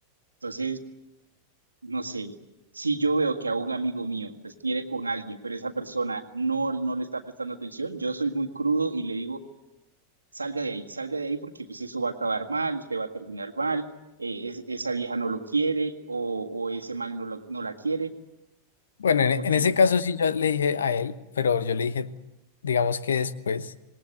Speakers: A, on the right; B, on the left.
A: Entonces, no sé, si yo veo que a un amigo mío pues quiere con alguien, pero esa persona no, no le está prestando atención, yo soy muy crudo y le digo, salga de ahí, salga de ahí porque pues eso va a acabar mal, usted va a terminar mal, eh, es- esa vieja no lo quiere o, o ese man no, lo- no la quiere,
B: Bueno, en,
A: porque,
B: en ese caso sí yo le dije a él, pero yo le dije, digamos que después,